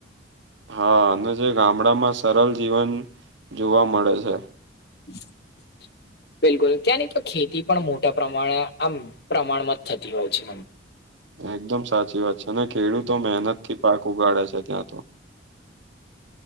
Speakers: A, on the right; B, on the left.
A: હા અને જે ગામડામાં સરળ જીવન જોવા મળે છે.
B: હમ બિલકુલ ત્યાંની તો ખેતી પણ મોટા પ્રમાણે આમ પ્રમાણમાં જ થતી હોય છે.
A: એકદમ સાચી વાત છે અને ખેડૂતો મહેનત થી પાક ઉગાડે છે ત્યાં તો